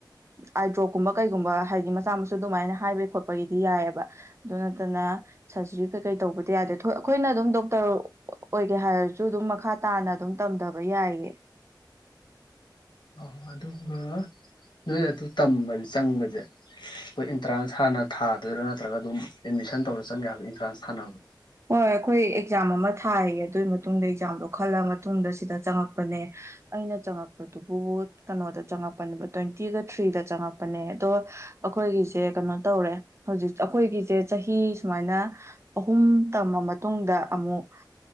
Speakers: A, on the right (about 35°); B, on the left (about 75°).
A: ꯑꯥꯏꯗ꯭ꯔꯣꯞꯀꯨꯝꯕ ꯀꯩꯒꯨꯝꯕ ꯍꯥꯏꯗꯤ ꯃꯆꯥ ꯃꯁꯨ ꯑꯗꯨꯃꯥꯏꯅ ꯍꯥꯏꯕꯒꯤ ꯈꯣꯠꯄꯒꯤꯗꯤ ꯌꯥꯏꯑꯦꯕ ꯑꯗꯨ ꯅꯠꯇꯅ ꯁꯔꯖꯔꯤ ꯀꯩ ꯀꯩ ꯇꯧꯕꯗꯤ ꯌꯥꯗꯦ ꯑꯩꯈꯣꯏꯅ ꯑꯗꯨꯝ ꯗꯣꯛꯇꯔ ꯑꯣꯏꯒꯦ ꯍꯥꯏꯔꯁꯨ ꯑꯗꯨꯝ ꯃꯈꯥ ꯇꯥꯅ ꯑꯗꯨꯝ ꯇꯝꯗꯕ ꯌꯥꯏꯌꯦ
B: ꯑ ꯑꯗꯨꯒ ꯅꯣꯏ ꯑꯗꯨ ꯇꯝꯕꯗꯤ ꯆꯪꯕꯁꯦ ꯑꯩꯈꯣꯏ ꯑꯦꯟꯇ꯭ꯔꯥꯟꯁ ꯍꯥꯟꯅ ꯊꯥꯗꯣꯏꯔꯥ ꯅꯠꯇ꯭ꯔꯒ ꯑꯗꯨꯝ ꯑꯦꯠꯃꯤꯁꯟ ꯇꯧꯔ ꯆꯪꯒꯦ ꯍꯥꯏꯕꯣ ꯑꯦꯟꯇ꯭ꯔꯥꯟꯁ ꯊꯥꯅꯕꯗꯣ
A: ꯍꯣꯏ ꯑꯩꯈꯣꯏ ꯑꯦꯛꯖꯥꯝ ꯑꯃ ꯊꯥꯏꯌꯦ ꯑꯗꯨꯒꯤ ꯃꯇꯨꯡꯗ ꯑꯦꯛꯖꯥꯝꯗꯣ ꯈꯜꯂ ꯃꯇꯨꯡꯗ ꯁꯤꯗ ꯆꯪꯉꯛꯄꯅꯦ ꯑꯩꯅ ꯆꯪꯉꯛꯄꯗꯨꯕꯨ ꯀꯩꯅꯣꯗ ꯆꯪꯉꯛꯄꯅꯦꯕ ꯇ꯭ꯋꯦꯟꯇꯤꯒ ꯊ꯭ꯔꯤꯗ ꯆꯪꯉꯛꯄꯅꯦ ꯑꯗꯣ ꯑꯩꯈꯣꯏꯒꯤꯁꯦ ꯀꯩꯅꯣ ꯇꯧꯔꯦ ꯍꯧꯖꯤꯛ ꯑꯩꯈꯣꯏꯒꯤꯁꯦ ꯆꯍꯤ ꯁꯨꯃꯥꯏꯅ ꯑꯍꯨꯝ ꯇꯝꯃ ꯃꯇꯨꯡꯗ ꯑꯃꯨꯛ